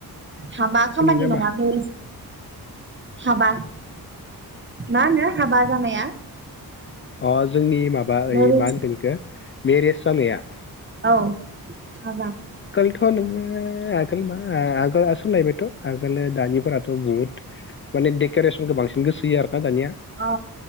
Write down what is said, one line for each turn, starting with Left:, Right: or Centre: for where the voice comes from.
Right: हाबा खामानि
Left: ना
Right: नङालै
Left: मा
Right: हाबा मा होनो हाबा जानाया
Left: अह जोंनि माबा ओइ
Right: मेरिज
Left: मा होनगोन इखो मेरिस जानाया
Right: औ हाबा
Left: थ नोङो आगोल मा आगोलआ सोलायबायथ' आगोलो दानि फोराथ बहुत माने देग केरेसिनखौ बांसिन गोसोयो आर ना दानिया
Right: अ